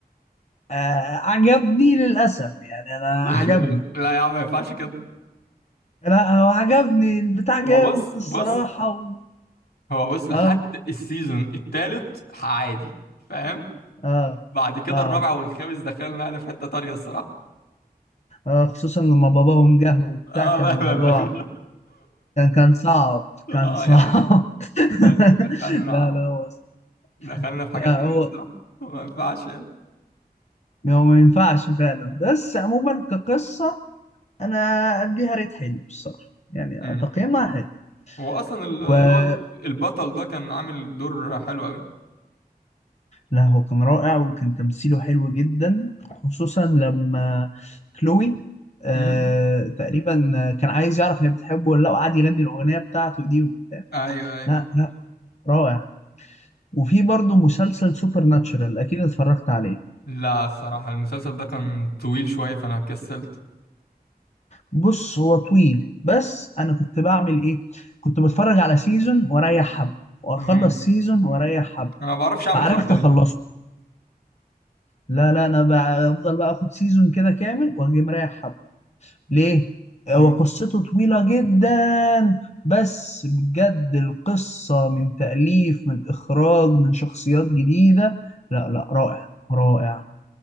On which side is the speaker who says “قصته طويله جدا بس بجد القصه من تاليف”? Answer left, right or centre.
Left